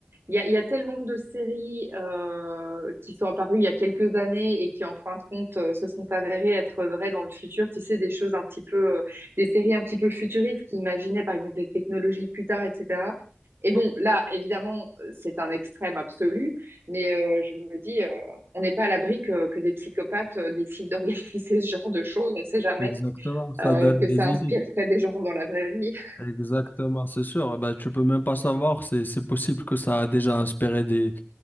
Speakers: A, on the right (about 75°); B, on the left (about 50°).
A: il y a, il y a tellement de séries euh, qui sont apparues il y a quelques années et qui en fin de compte euh, se sont avérées être vraies dans le futur. Tu sais, des choses un petit peu euh, des séries un petit peu futuristes qui imaginaient par exemple les technologies plus tard, etc. Et bon, là, évidemment, euh, c'est un extrême absolu, mais euh, je me dis, euh, on n'est pas à l'abri que, que des psychopathes euh, décident <laughs> d'organiser ce genre de choses, on ne sait jamais
B: exactement. Ça
A: euh,
B: donne
A: que
B: des
A: ça
B: idées.
A: inspirerait des gens dans la vraie vie. <laughs>
B: Exactement, c'est sûr. Bah, tu peux même pas savoir. C'est, c'est possible que ça a déjà inspiré des,